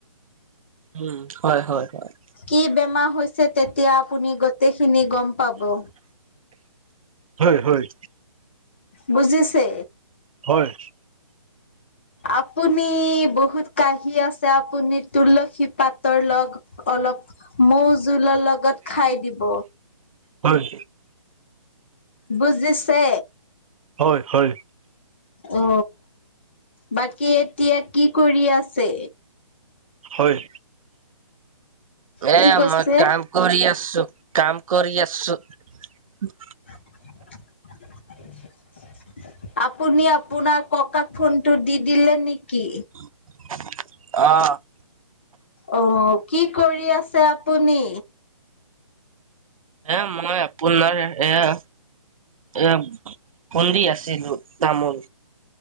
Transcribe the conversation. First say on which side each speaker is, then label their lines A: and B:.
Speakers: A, on the right (about 80°); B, on the left (about 20°).
A: উম হয় হয় হয়
B: কি বেমাৰ হৈছে তেতিয়া আপুনি গোটেখিনি গম পাব
A: হয় হয়
B: বুজিছে
A: হয়, হয়,
B: আপুনি বহুত কাহি আছে আপুনি তুলসী পাতৰ লগত অলপ মৌ জোলৰ লগত খাই দিব।
A: হয়।
B: বুজিছে?
A: হয় হয়।
B: অ বাকি এতিয়া কি কৰি আছে?
A: হয়।
B: কি
A: এয়া
B: কৈছে
A: মই কাম কৰি আছো কাম কৰি আছো। উ
B: <unintelligible> আপুনি আপোনাৰ ককাক ফোনটো দি দিলে নেকি?
A: অ
B: অ কি কৰি আছে আপুনি?
A: এ মই আপোনাৰ এয়া এ খুন্দি আছিলো তামোল